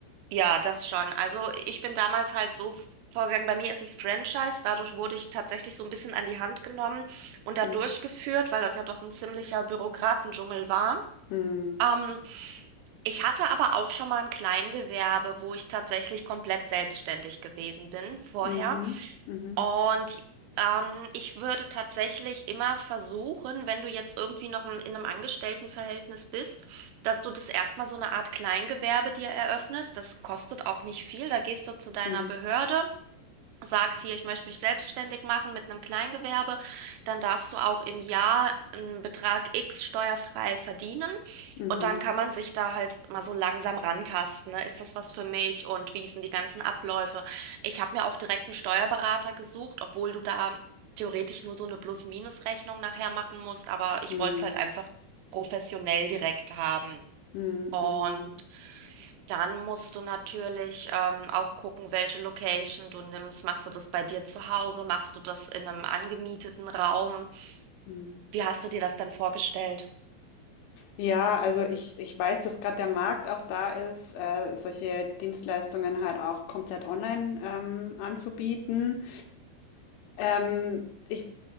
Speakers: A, on the right (about 85°); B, on the left (about 80°).
A: Ja, das schon. Also ich bin damals halt so f- vorgegangen. Bei mir ist es Franchise. Dadurch wurde ich tatsächlich so ein bisschen an die Hand genommen und da
B: hm,
A: durchgeführt, weil das ja doch ein ziemlicher Bürokratendschungel war.
B: hm,
A: Ähm, ich hatte aber auch schon mal ein Kleingewerbe, wo ich tatsächlich komplett selbstständig gewesen bin vorher.
B: Mhm, mhm,
A: Und ähm, ich würde tatsächlich immer versuchen, wenn du jetzt irgendwie noch in in einem Angestelltenverhältnis bist, dass du das erstmal so eine Art Kleingewerbe dir eröffnest. Das kostet auch nicht viel. Da gehst du zu deiner
B: mhm,
A: Behörde sagst hier, ich möchte mich selbstständig machen mit einem Kleingewerbe, dann darfst du auch im Jahr einen Betrag X steuerfrei verdienen
B: mhm,
A: und dann kann man sich da halt mal so langsam rantasten, ne? Ist das was für mich und wie sind die ganzen Abläufe? Ich habe mir auch direkt einen Steuerberater gesucht, obwohl du da theoretisch nur so eine Plus-Minus-Rechnung nachher machen musst, aber ich
B: mhm,
A: wollte es halt einfach professionell direkt haben.
B: mhm,
A: Und
B: mhm.
A: dann musst du natürlich ähm, auch gucken, welche Location du nimmst. Machst du das bei dir zu Hause? Machst du das in einem angemieteten Raum?
B: mhm.
A: Wie hast du dir das dann vorgestellt?
B: Ja, also ich, ich weiß, dass gerade der Markt auch da ist, äh, solche Dienstleistungen halt auch komplett online ähm, anzubieten. Ähm, ich